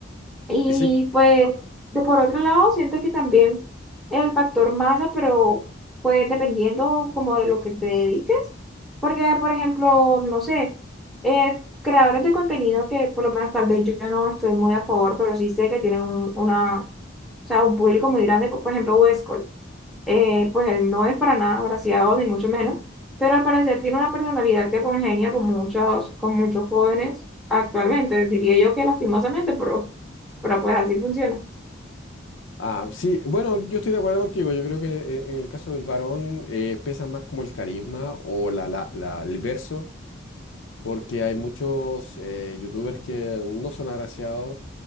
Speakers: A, in the centre; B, on the left (about 80°).
A: Y
B: Ese-
A: pues, de por otro lado, siento que también el factor masa, pero pues dependiendo como de lo que te dediques, porque por ejemplo, no sé, eh, creadores de contenido que por lo menos tal vez yo no estoy muy a favor, pero sí sé que tienen un, una, o sea, un público muy grande, como por ejemplo, Westcol. Eh, pues él no es para nada agraciado, ni mucho menos, pero al parecer tiene una personalidad que congenia con muchos, con muchos jóvenes actualmente, diría yo que lastimosamente, pero, pero pues así funciona.
B: Ah, sí, bueno, yo estoy de acuerdo contigo. Yo creo que eh, en el caso del varón eh, pesa más como el carisma o la, la- la- el verso, porque hay muchos eh, youtubers que no son agraciados